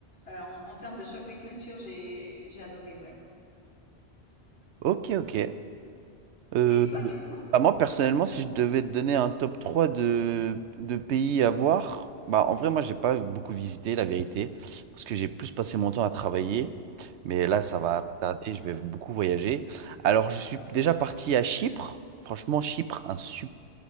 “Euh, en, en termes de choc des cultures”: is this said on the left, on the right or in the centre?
Left